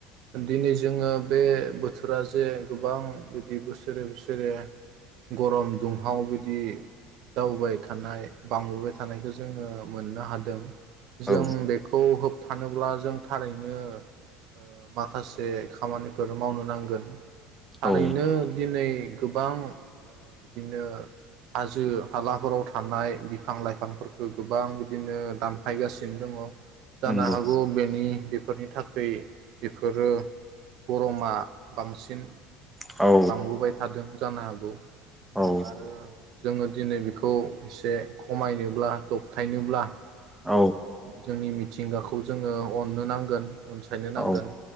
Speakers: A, on the right (about 65°); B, in the centre.
A: दिनै जोंङो बे बोथोरा जे गोबां बिदि बोसोरे बोसोरे गरम दुंहाव बिदि जाबोबाय थानाय बांबोबाय थानायखौ जोंङो मोननो हादों। जों
B: औ
A: बेखौ होबथानोब्ला जों थारैनो ओ माखासे खामानिफोर मावनो नांगोन थारैनो
B: औ
A: दिनै गोबां बिदिनो हाजो हालाफोराव थानाय बिफां लाइफांफोरखौ गो बां बिदिनो दानफायगासिनो दंङ। जानो
B: नंगौ
A: हागौ बेनि बे फोरनि थाखै बेफोरो गरमा। बांसिन
B: औ
A: बांबोबाय थादों। जानो हागौ।
B: औ
A: अ आरो। जोङो दिनै बेखौ एसे खमायनोब्लाथ। थाइनोब्ला।
B: औ
A: जोंनि मि- थिंगाखौ जोङो अननो नांगोन। अनसायनो
B: औ
A: नांगोन